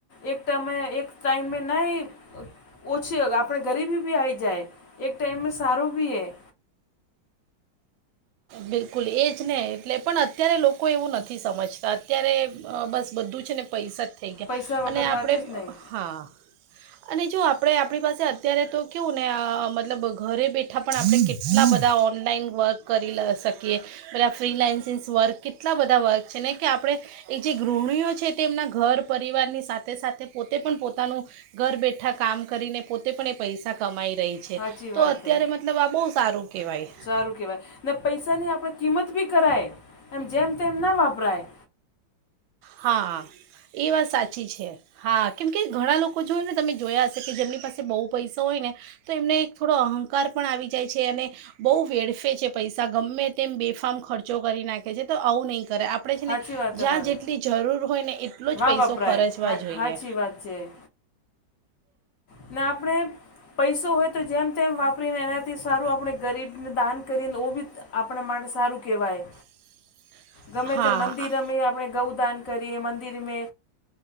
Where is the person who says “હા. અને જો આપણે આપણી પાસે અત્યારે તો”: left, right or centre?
Right